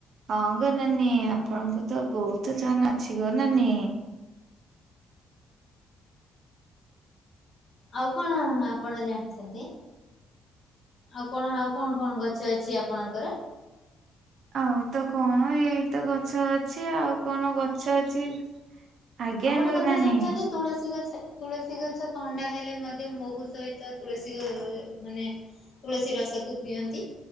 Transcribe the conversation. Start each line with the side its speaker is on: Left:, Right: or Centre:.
Right: ହଁ ଗୋ ନାନୀ ଆପଣଙ୍କୁ ତ ବହୁତ ଜଣା ଅଛି ଗୋ ନାନୀ
Left: ଆଉ କଣ ନା? ଆପଣ ଜାଣିଛନ୍ତି ଆଉ କଣ ଆଉ କଣ କଣ ଗଛ ଅଛି ଆପଣଙ୍କର?
Right: ଆଉ ତ କଣ ଏଇ ତ ଗଛ ଅଛି ଆଉ। କଣ ଗଛ ଅଛି ଆଜ୍ଞା
Left: ଆଉ ଗୋଟେ
Right: ଗୋ
Left: କଥା
Right: ନାନି।
Left: ଜାଣିଛନ୍ତି ତୁଳସୀ ଗଛ ତୁଳସୀ ଗଛ ଥଣ୍ଡା ହେଲେ ମଧ୍ୟ ମହୁ ସହିତ ତୁଳସୀ ଗ ମାନେ ତୁଳସୀ ରସକୁ ପିଅନ୍ତି